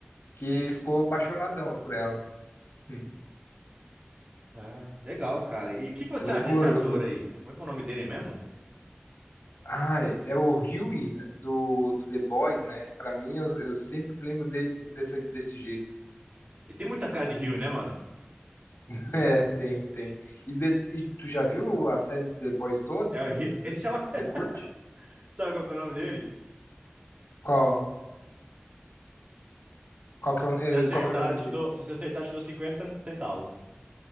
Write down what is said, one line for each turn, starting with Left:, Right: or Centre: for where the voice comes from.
Left: que ele ficou apaixonadão por ela. Hum.
Right: Ah, legal, cara. E o que que você
Left: Loucura,
Right: acha desse ator
Left: loucura.
Right: aí? cara? Como é que é o nome dele mesmo?
Left: Ah, é o Huey né, do, do The Boys, né? Pra mim, eu, eu sempre lembro dele desse, desse jeito.
Right: Ele tem muita cara de Rio, né, mano?
Left: <laughs> É, tem, tem. E, de- e tu já viu a série do The Boys toda,
Right: É
Left: assim?
Right: o Rio.
Left: Você,
Right: Ele chama... <laughs>
Left: você curte?
Right: Sabe qual que é o nome dele?
Left: Qual? Qual que
Right: Se
Left: é o,
Right: você
Left: eh,
Right: acertar,
Left: qual que é o nome
Right: eu te
Left: dele?
Right: dou... Se você acertar, eu te dou cinquenta cen- centavos.